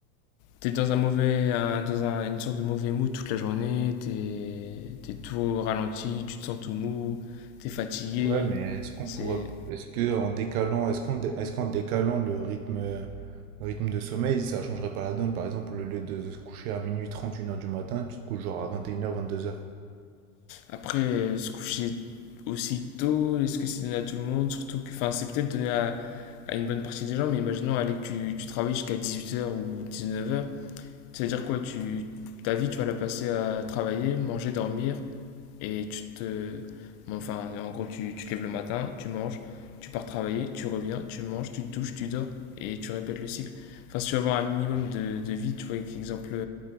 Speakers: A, on the left; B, on the right.
A: t'es dans un mauvais, un- dans un- une sorte de mauvais mood toute la journée, t'es, t'es tout au ralenti, tu te sens tout mou, t'es fatigué.
B: Ouais, mais est-ce qu'on
A: C'est...
B: pourrait, est-ce que en décalant, est-ce qu'on, dé- est-ce qu'en décalant le rythme, euh, le rythme de sommeil, ça changerait pas la donne? Par exemple, au lieu de se coucher à minuit trente, une heure du matin, tu te couches genre à 21h, 22h.
A: Après, euh, se coucher aussi tôt, est-ce que c'est donné à tout le monde? Surtout que, enfin, c'est peut-être donné à, à une bonne partie des gens, mais imaginons, allez, que tu, tu travailles jusqu'à 18h ou 19h. C'est-à-dire quoi, tu, ta vie, tu vas la passer à travailler, manger, dormir. et tu te. bon, enfin, en gros, tu, tu te lèves le matin, tu manges, tu pars travailler, tu reviens, tu manges, tu te douches, tu dors et tu répètes le cycle. Enfin, si tu veux avoir un minimum de, de vie, tu vois, avec exemple,